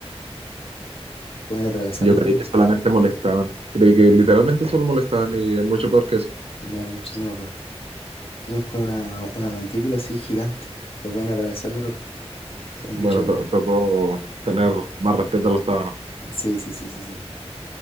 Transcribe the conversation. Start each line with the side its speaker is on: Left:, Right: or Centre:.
Left: Pueden atravesar
Right: Yo
Left: la
Right: creí
Left: ropa.
Right: que solamente molestaban. Creí que
Left: No,
Right: literalmente solo molestaban y es mucho peor que eso.
Left: no es muchísimo peor. Tienen como una, una mandíbula así gigante. Te pueden atravesar la ropa. Son
Right: Bueno,
Left: bichos.
Right: to- tocó tener más respeto a los tábanos.
Left: Sí, sí, sí, sí, sí.